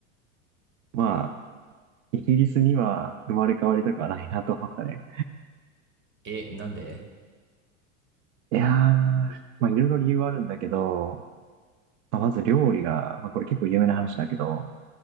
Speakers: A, on the right (about 70°); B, on the right (about 30°).
A: まあ、イギリスには生まれ変わりたくはないなと思ったね。
B: え、なんで
A: いやー、まあいろいろ理由はあるんだけど、まあ、まず料理が、まあこれ結構有名な話だけど、